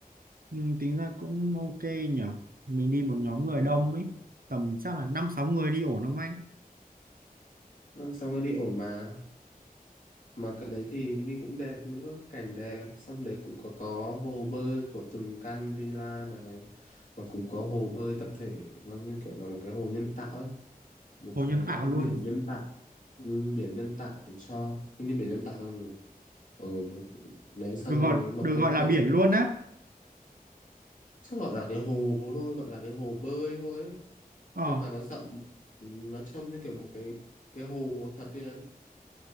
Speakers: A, on the right (about 65°); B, on the left (about 55°).
A: ừ, tính ra cũng ok nhở mình đi một nhóm người
B: Ừ.
A: đông ấy tầm chắc là năm sáu người đi ổn không anh
B: năm sau nó đi ổn mà mà cái đấy thì đi cũng đẹp nữa cảnh đẹp xong đấy cũng có có hồ bơi của từng căn villa này và cũng có hồ bơi tập thể nó như kiểu là một cái hồ nhân tạo ấy một
A: hồ
B: cái
A: nhân tạo
B: ờ,
A: luôn
B: biển nhân tạo ừ, biển nhân tạo để cho hình như biển nhân tạo không này ừ đúng. đấy xong
A: được
B: rồi
A: gọi
B: mọi
A: được
B: người
A: gọi
B: có
A: là
B: thể
A: biển luôn á
B: chắc gọi là cái hồ thôi gọi là cái hồ bơi thôi ấy.
A: ờ
B: nhưng mà nó rộng ừ, nó trông như kiểu một cái cái hồ thật đấy em